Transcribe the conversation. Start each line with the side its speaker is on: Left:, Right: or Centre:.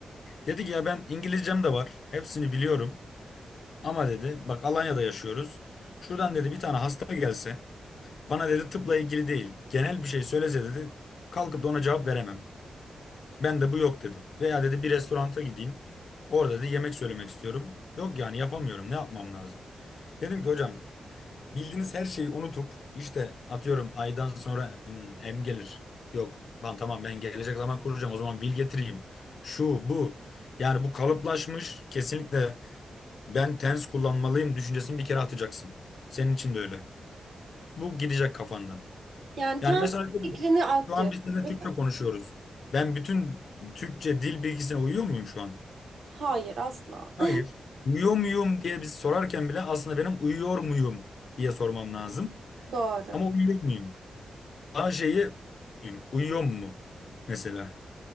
Left: Dedi ki ya ben İngilizcem de var. Hepsini biliyorum. Ama dedi bak Alanya'da yaşıyoruz. Şuradan dedi bir tane hasta gelse bana dedi tıpla ilgili değil genel bir şey söylese dedi kalkıp da ona cevap veremem. Ben de bu yok dedi. Veya dedi bir restoranta gideyim orada dedi yemek söylemek istiyorum. Yok yani yapamıyorum ne yapmam lazım. Dedim ki hocam bildiğiniz her şeyi unutup işte atıyorum aydan sonra hmm, em gelir. Yok ben tamam ben gelecek zaman kuracağım o zaman vil getireyim. Şu bu yani bu kalıplaşmış kesinlikle ben tens kullanmalıyım düşüncesini bir kere atacaksın. Senin için de öyle. Bu gidecek kafandan.
Right: yani
Left: Yani
Right: ters
Left: mesela şöyle,
Right: fikrini atlıyor
Left: şu an biz seninle
Right: değil
Left: Türkçe
Right: mi?
Left: konuşuyoruz. Ben bütün Türkçe dil bilgisine uyuyor muyum şu an?
Right: Hayır asla. <laughs>
Left: Hayır. Uyuyor muyum diye biz sorarken bile aslında benim uyuyor muyum diye sormam lazım.
Right: Doğru.
Left: Ama uyuyor muyum? A şeyi uyuyor uyuyor mu mesela?